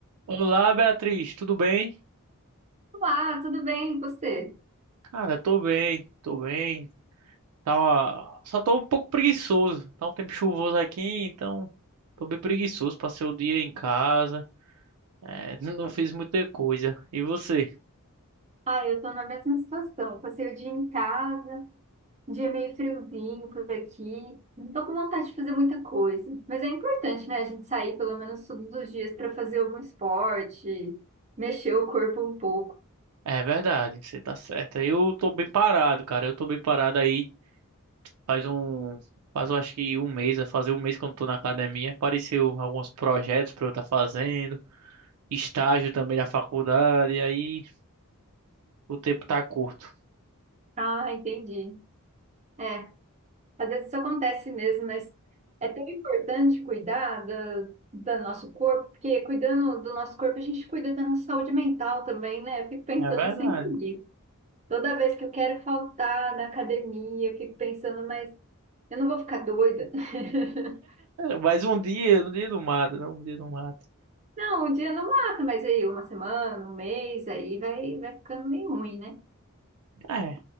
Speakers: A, on the right; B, on the right.
A: Olá, Beatriz, tudo bem?
B: Olá, tudo bem? E você?
A: Cara, tô bem, tô bem. Tá Só tô um pouco preguiçoso. Tá um tempo chuvoso aqui, então tô bem preguiçoso. Passei o dia em casa, é, <laughs> não fiz muita coisa. E você?
B: Ah, eu tô na mesma situação. Eu Passei o dia em casa, um dia meio friozinho por aqui. Não tô com vontade de fazer muita coisa. Mas é importante, né? A gente sair pelo menos todos os dias para fazer algum esporte, mexer o corpo um pouco.
A: É verdade, você tá certa. Eu tô bem parado, cara. Eu tô bem parado aí. Faz um. Faz, eu acho que um mês, vai fazer um mês que eu não tô na academia. Apareceu alguns projetos pra eu estar fazendo, estágio também na faculdade, e aí o tempo tá curto.
B: Ah, entendi. É, às vezes isso acontece mesmo, mas é tão importante cuidar da, do nosso corpo, porque cuidando do nosso corpo, a gente cuida da nossa saúde mental também, né? Eu fico pensando
A: É, é verdade.
B: sempre nisso. Toda vez que eu quero faltar na academia, eu fico pensando, mas eu não vou ficar doida. <laughs>
A: Mas um dia, um dia não mata, não Um dia não mata.
B: Não, um dia não mata, mas aí uma semana, um mês, aí vai, vai ficando meio ruim, né?
A: É,